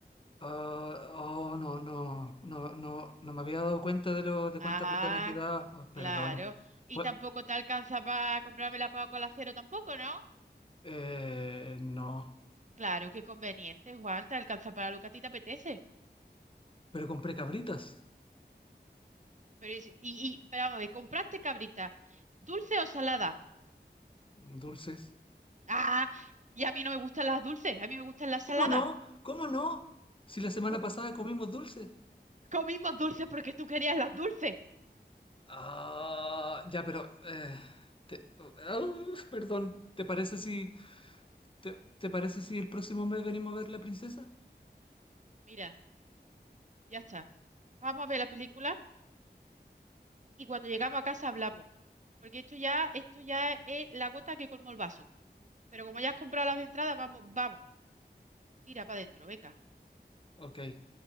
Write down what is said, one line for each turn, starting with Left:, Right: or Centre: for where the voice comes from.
Left: Ah, oh, no, no, no, no, no me había dado cuenta de lo de
Right: Ah,
Left: cuánta plata me quedaba. Oh, perdón.
Right: claro. Y
Left: Pues,
Right: tampoco te alcanza para comprarme la Coca-Cola cero tampoco, ¿no?
Left: eh, no.
Right: Claro, qué conveniente, Juan, te alcanza para lo que a ti te apetece.
Left: Pero compré cabritas,
Right: Pero, y, y, y- pero vamos a ver, ¿compraste cabrita? ¿Dulce o salada?
Left: dulces.
Right: Ah, y a mí no me gustan las dulces, a mí me gustan las saladas.
Left: ¿Cómo no? ¿Cómo no? Si la semana
Right: Com-
Left: pasada comimos dulces.
Right: comimos dulces porque tú querías las dulces.
Left: Ah, ya, pero eh, te- ah, perdón. ¿Te parece si te, te parece si el próximo mes venimos a ver la princesa?
Right: Mira, ya está. Vamos a ver la película y cuando llegamos a casa hablamos. Porque esto ya, esto ya es la gota que colmó el vaso. Pero como ya has comprado las entradas, vamos, vamos, tira para adentro, venga.
Left: Ok.